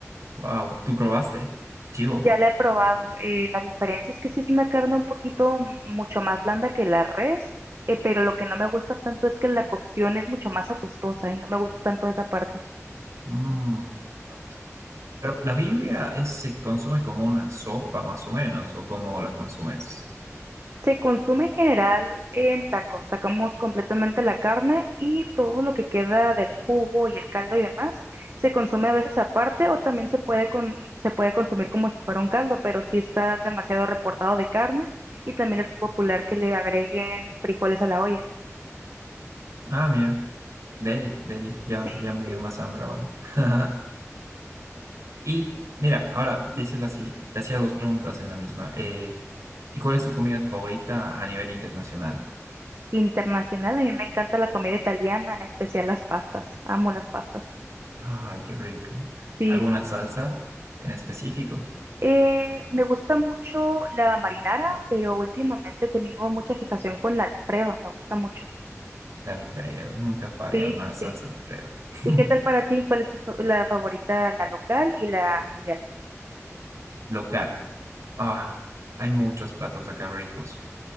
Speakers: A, on the right (about 75°); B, on the right (about 55°).
A: wow, ¿tú probaste? Chivo.
B: Ya la he probado. eh, la diferencia es que sí es una carne un poquito m- mucho más blanda que la res, eh, pero lo que no me gusta tanto es que la cocción es mucho más apestosa y no me gusta tanto esa parte.
A: Mm, mira vos. Pero la birria es- se consume como una sopa, más o menos, o como la consumes.
B: Se consume en general en tacos. Sacamos completamente la carne y todo lo que queda del jugo y el caldo y demás se consume a veces aparte o también se puede con- se puede consumir como si fuera un caldo, pero sí está demasiado reportado de carne y también es muy popular que le agreguen frijoles a la olla.
A: Ah, mira. Deli, Deli, ya,
B: Sí,
A: ya me
B: sí,
A: dio más hambre ahora. <laughs> Y mira, ahora
B: sí.
A: te hice la, si- te hacía dos preguntas en la misma. Eh, ¿y cuál es tu comida favorita a nivel internacional?
B: internacional. A mí me encanta la comida italiana, en especial las pastas. Amo las pastas.
A: Ay, qué rico.
B: Sí,
A: ¿Alguna
B: sí, sí.
A: salsa en específico?
B: Eh, me gusta mucho la marinara, pero últimamente tengo mucha fijación con la Alfredo. Me gusta mucho.
A: La Alfredo, nunca falla
B: Sí,
A: una
B: sí,
A: salsa
B: sí.
A: Alfredo. <laughs>
B: ¿Y qué tal para ti? ¿Cuál es tu, fa- la favorita, la local y la mundial?
A: Local. Ah, hay muchos platos acá ricos.